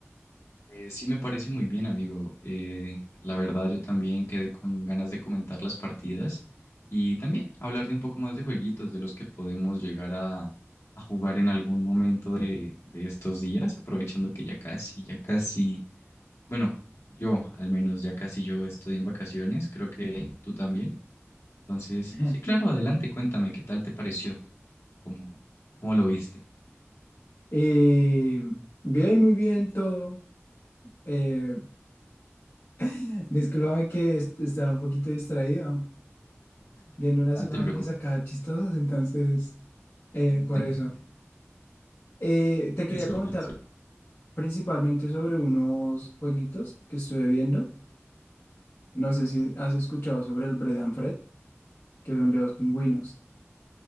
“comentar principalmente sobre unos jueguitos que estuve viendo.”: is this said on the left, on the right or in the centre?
Left